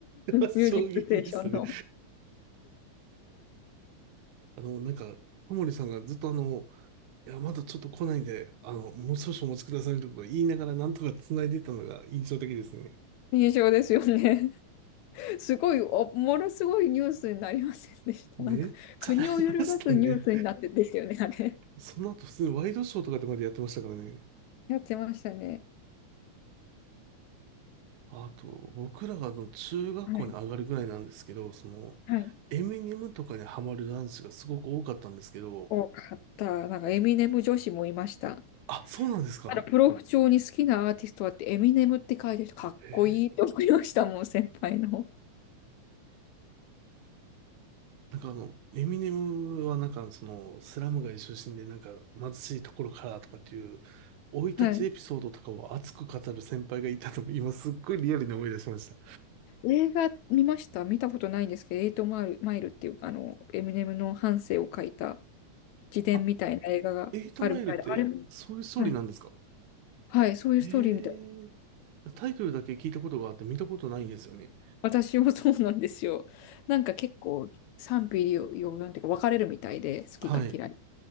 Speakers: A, on the right; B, on the left.
A: は <laughs> 衝撃でしたね。
B: ミュージックステーションの
A: あの、なんか、小森さんがずっとあの、いや、まだちょっと来ないんで、あの、もう少々お待ちくださいことか言いながらなんとか繋いでたのが印象的ですね。
B: <laughs> 印象ですよね。すごい、おものすごいニュースになりませんでした。
A: めっちゃなりましたね。
B: なんか、国を揺るがすニュースになってでしたよね、あれ。
A: その後普通にワイドショーとかでまでやってましたからね。
B: やってましたね。
A: あと、僕らがあの中学校に上がるぐらいなんですけど、
B: はい。
A: その、
B: はい。
A: エミネムとかにハマる男子がすごく多かったんですけど、
B: 多かった。なんか、エミネム女子もいました。
A: あ、そうなんですか
B: あの、プロフ帳に好きなアーティストはって、エミネムって書いてる人、かっこいいって思いましたもん、
A: へー
B: 先輩の。
A: なんかあの、エミネムはなんかその、スラム街出身でなんか貧しいところからとかっていう、生い立ちエピソードとかを熱く語る先輩がいたのを今すっごいリアルに思い出しました。
B: はい。映画見ました見たことないんですけど、エイトマイル、マイルっていうか、あの、エミネムの半生を書いた自伝みたいな映画があるみたいで、
A: あ、エイトマイルってそういうストーリーなんですか
B: あれも、はい。はい、そういうストーリーみたい
A: ええータイトルだけ聞いたことがあって見たことないんですよね。
B: 私もそうなんですよ。なんか結構賛否両論というか分かれるみたいで、好きか嫌い。
A: はい。